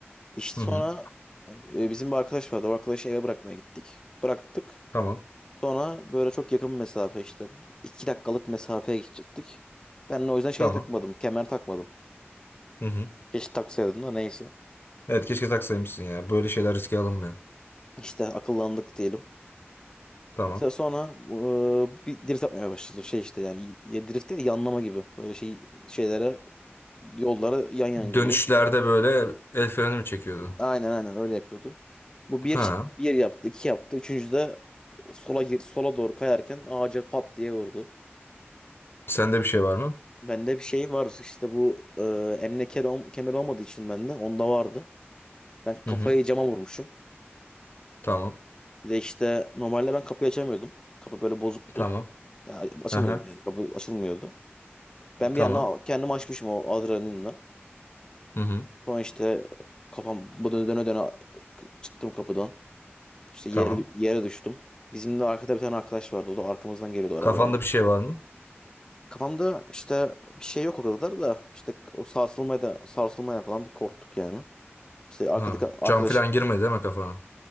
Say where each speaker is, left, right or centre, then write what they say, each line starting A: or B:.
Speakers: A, on the left; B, on the left.
A: İşte
B: Hı
A: sonra
B: hı.
A: e, bizim bir arkadaş vardı. O arkadaşı eve bırakmaya gittik. Bıraktık.
B: Tamam.
A: Sonra böyle çok yakın bir mesafe işte. iki dakikalık mesafeye gidecektik. Ben de o yüzden şey
B: Tamam.
A: takmadım. Kemer takmadım.
B: Hı hı.
A: Keşke taksaydım da neyse.
B: Evet keşke taksaymışsın ya. Böyle şeyler riske alınmıyor.
A: İşte akıllandık diyelim.
B: Tamam.
A: Mesela Sonra e, bir drift atmaya başladı. Şey işte yani ya drift değil de yanlama gibi. Böyle şey şeylere yollara yan yan giriyor.
B: Dönüşlerde böyle el freni mi çekiyordun?
A: Aynen aynen öyle yapıyordu. Bu bir
B: Ha.
A: çek- bir yaptı, iki yaptı. Üçüncü de sola gir, sola doğru kayarken ağaca pat diye vurdu.
B: Sende bir şey var mı?
A: Bende bir şey var işte bu e, emniyet kemer olmadığı için bende onda vardı. Ben kafayı
B: Hı hı.
A: cama vurmuşum.
B: Tamam.
A: Bir de işte normalde ben kapıyı açamıyordum. Kapı böyle bozuktu.
B: Tamam.
A: Ya, açamıyordum
B: Aha.
A: yani. Kapı açılmıyordu. Ben
B: Tamam.
A: bir yana kendimi açmışım o adrenalinle.
B: Hı hı.
A: Sonra işte kafam bu döne döne döne çıktım kapıdan. İşte yere,
B: Tamam.
A: yere düştüm. Bizim de arkada bir tane arkadaş vardı. O da arkamızdan geliyordu arabayla.
B: Kafanda bir şey var mı?
A: Kafamda işte bir şey yok o kadar da işte o sarsılmaya da sarsılmaya falan bir korktuk yani. İşte arkadaki
B: Ha.
A: arkadaş
B: Cam falan girmedi değil mi kafana?